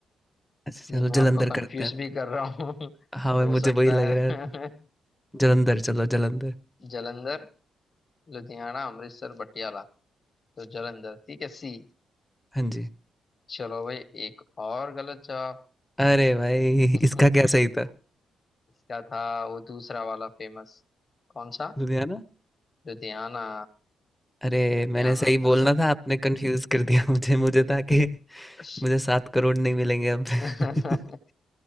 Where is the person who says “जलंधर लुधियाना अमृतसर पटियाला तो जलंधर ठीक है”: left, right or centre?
Left